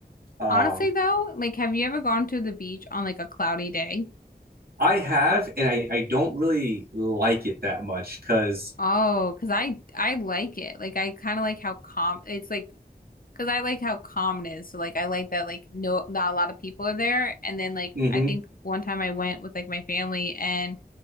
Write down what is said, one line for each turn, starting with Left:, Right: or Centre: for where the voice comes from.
Right: um
Left: Honestly though, like have you ever gone to the beach on like a cloudy day?
Right: I have, and I, I don't really like it that much because,
Left: Oh, because I I like it. Like I kind of like how calm it's like because I like how calm it is. So like I like that like no not a lot of people are there. And then like
Right: mm-hmm.
Left: I think one time I went with like my family and